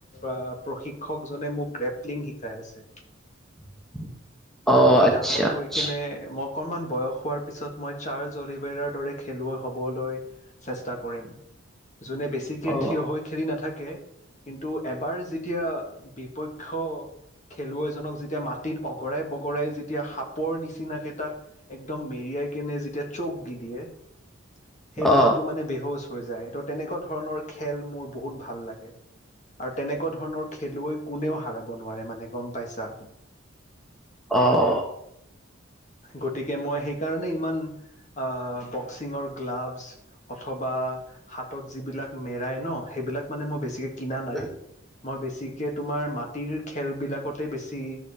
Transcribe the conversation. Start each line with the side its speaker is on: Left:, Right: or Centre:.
Left: আ, প্ৰশিক্ষকজনে মোক গ্ৰেপলিং শিকাই আছে।
Centre: <inaudible> অ
Left: মই
Centre: আচ্ছা
Left: ডাঙৰ
Centre: আচ্ছা
Left: হৈ কিনে মোক অকণমান বয়স হোৱাৰ পিছত মই চাৰ্ল অলিভেৰাৰ দৰে খেলুৱৈ হ'বলৈ চেষ্টা কৰিম। যোনে বেছিকে
Centre: অ
Left: থিয় হৈ খেলি নাথাকে থাকে কিন্তু এবাৰ যেতিয়া বিপক্ষ খেলুৱৈজনক যেতিয়া মাটিত অগৰাই ব গৰাই যেতিয়া সাপৰ নিচিনাকেইটাক একদম মেৰিয়াই কেনে যেতিয়া চ'ক দি দিয়ে সেই মানুহটো
Centre: অ
Left: মানে বেহচ হয় যায় ত' তেনেকুৱা ধৰণৰ খেল মোৰ বহুত ভাল লাগে। আৰু তেনেকুৱা ধৰণৰ খেলুৱৈ কোনেও হৰাব নোৱাৰে মানে গম পাইছা।
Centre: অ', অ'
Left: গতিকে মই সেইকাৰণে ইমান আ, বক্সিঙৰ গ্লাভছ অথবা হাতত যিবিলাক মেৰাই ন সেই সেইবিলাক মানে মই বেছিকে কিনা নাই।
Centre: উম,
Left: মই বেছিকে তোমাৰ মাটিৰ খেলবিলাকতে বেছি